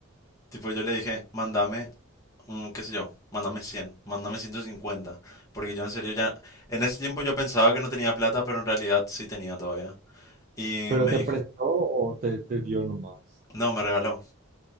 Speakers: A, on the left; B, on the right.
A: Tipo, yo le dije, mándame mm, qué sé yo, mándame 100, mándame 150, porque yo en serio ya, en ese tiempo yo pensaba que no tenía plata, pero en realidad sí tenía todavía. Y
B: ¿Pero
A: me
B: te
A: dijo,
B: prestó o te, te dio nomás?
A: no, me regaló.